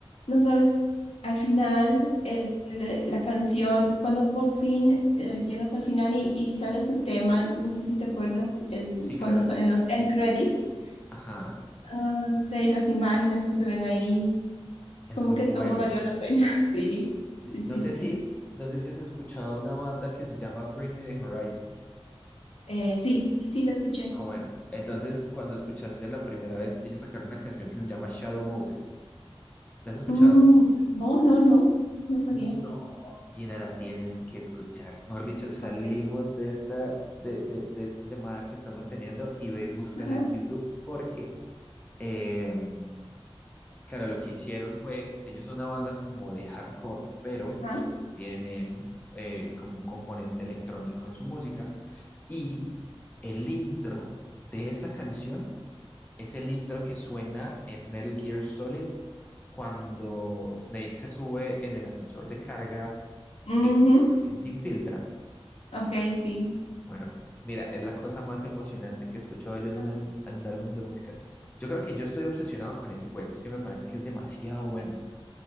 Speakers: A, on the left (about 85°); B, on the left (about 15°).
A: no sabes, al final, el, le- la canción, cuando por fin eh, llegas al final y, y sale ese tema, no sé si te acuerdas, el,
B: Sí, claro.
A: cuando salen los end credits,
B: Ajá,
A: ah, no sé, y las imágenes que se ven ahí,
B: es
A: como
B: muy
A: que
B: bueno.
A: todo valió la pena. <laughs> Sí,
B: Sí,
A: sí, sí,
B: no sé
A: sí.
B: si, no sé si has escuchado una banda que se llama Bring Me the Horizon.
A: Eh, sí, sí, sí, la escuché.
B: Ah, bueno. Entonces, cuando escuchaste la primera vez, ellos sacaron una canción que se llama Shadow Moses. ¿La has escuchado?
A: Mm, no, no, no, no sabía.
B: No, Gina, la tienes que escuchar. Mejor dicho, salimos
A: Ok.
B: de esta, de, de- de esta llamada que estamos teniendo y ve y búscala
A: Ajá,
B: en YouTube porque, eh, claro, lo que hicieron fue, ellos son una banda como de hardcore, pero
A: ajá.
B: tienen eh, como un componente electrónico en su música y el intro de esa canción es el intro que suena en Metal Gear Solid cuando Snake se sube en el ascensor de carga,
A: Ujú,
B: eh, cuando recién se infiltra.
A: Ok, sí.
B: Bueno, mira, es la cosa más emocionante que he escuchado yo en
A: Ah,
B: un, álbum- en un álbum de música. Yo creo que yo estoy obsesionado con ese juego, es que me parece que es demasiado bueno.